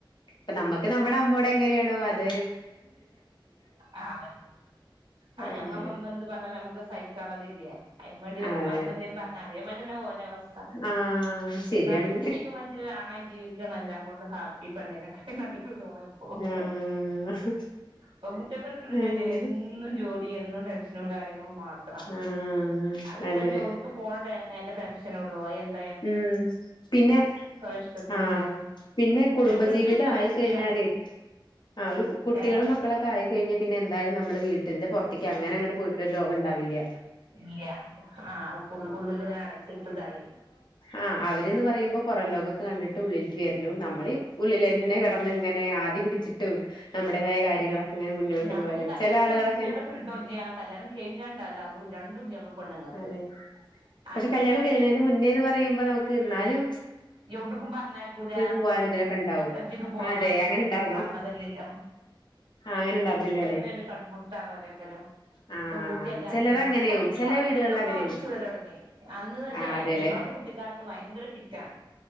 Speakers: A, on the left; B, on the right.
A: അപ്പോ നമുക്ക് നമ്മുടെ അമ്മയോട് എങ്ങനെയാണോ അത്
B: ആ അവ ആ ഞമ്മൾ
A: അങ്ങനെ
B: നമ്മള് എന്ത് പറഞ്ഞാലും നമ്മക്ക് അത് സഹിക്കുള്ളതില്ല അതിനുവേണ്ടി
A: അതെ
B: അമ്മായമ്മ എന്തെങ്കിലും പറഞ്ഞാൽ അതെ പോലെ അതുതന്നെ അവരുടെ അവസ്ഥ അവസ്ഥ
A: ആഹ് ശരിയാണ്
B: എന്നാലും എന്റെ ജീവിതത്തിൽ ഒരാണായി ജീവിക്കുക എല്ലാംകൊണ്ടും ഹാപ്പി പെണ്ണുങ്ങളെക്കാൾ നല്ലത് തോണും എപ്പഴും
A: ആഹ്
B: പെൺ കുട്ടികൾക്ക് ഫ്രീഡം
A: അങ്ങനെ
B: ഇല്ലല്ലോ എന്നും ജോലി എന്നും ടെൻഷനും കാര്യങ്ങളും കാര്യങ്ങളും മാത്രം
A: ആഹ്
B: അവർക്ക്
A: അതെ
B: ആ ജോലിക്ക് പോകുന്ന നേരത്തെ ടെൻഷ ൻ <unintelligible>
A: ഉം പിന്നെ
B: ഇഷ്ടത്തിനല്ലേ
A: ആഹ് പിന്നെ കുടുംബജീവിതം
B: വീട്ടിലെത്തിയ
A: ആയിക്കഴിഞ്ഞാല്
B: ഓര് ഫ്രീ ആണ്
A: ആ ഒരു കു കുട്ടികളും
B: ഏഹ്
A: മക്കളൊക്കെ ആയിക്കഴിഞ്ഞ പിന്നെന്തായാലും നമ്മള് വീട്ടിന്റെ പുറത്തേക്ക് അങ്ങനങ്ങട്ട് ഒരു ലോകം ഉണ്ടാവില്യ
B: ഇല്യ ആ ഉള്ളില്ങ്ങനെ അടച്ചിട്ട്തായി
A: ആഹ് അവര്ന്ന് പറയുമ്പോ പുറം ലോകൊക്കെ കണ്ടിട്ട് ഉള്ളിൽക് വരുന്നു നമ്മള് ഉള്ളിലെന്നെ കിടന്നിങ്ങനെ ദി പിടിച്ചിട്ടു നമ്മടേതായ കാര്യങ്ങളൊക്കെ ഇങ്ങനെ മുന്നോട്ട്
B: ഞമ്മക്ക്
A: പോകാനും
B: കല്യാണത്തിന്റെ
A: ചില ആളുകളൊക്കെനെ
B: മുന്നുള്ള സുൽദുല്യ കല്യാണം കഴിഞ്ഞാണ്ടാല അത് രണ്ടുല്യ നമ്മള് പെണ്ണുങ്ങൾക്ക്
A: അതെ പക്ഷെ
B: അന്നെന്താറിയും
A: കല്യാണം കഴിയിണെന്റെ മുന്നേന്ന് പറഞ് പറയുമ്പോ നമക്ക് നാലും
B: എവിട്ക്കും പറഞ്ഞയക്കൂല
A: പോവാനും ഇതിനൊക്കെ ഉണ്ടാവും
B: ഒറ്റക്ക് പോവാനൊന്നിനും
A: അതെ അങ്ങനെ ഉണ്ടാർന്നോ
B: സമ്മതല്യല്ലോ
A: ആ അങ്ങനെ ഉണ്ടാർന്നില്ലല്ലേ
B: ഒക്കത്തിനൊരു കടുംപുട്താണ് ഒരേക്കലും
A: ആ
B: പെൺകുട്ട്യല്ലേ
A: ചിലര് അങ്ങനെയാവും
B: ഇപ്പം പിന്നെ
A: ചില
B: കൊഴപ്പല്യ
A: വീടുകളിൽ
B: ഇപ്പൊക്കെ
A: അങ്ങനെയാവും
B: അഴിച്ചു വിടലൊടങ്ങി അന്ന്ന്നേച്ചാഭയൻ
A: ആ അതെല്ലേ
B: ഞങ്ങളൊക്കെ കുട്ടി കാലത്ത് ഭയങ്കര ഫിറ്റാണ്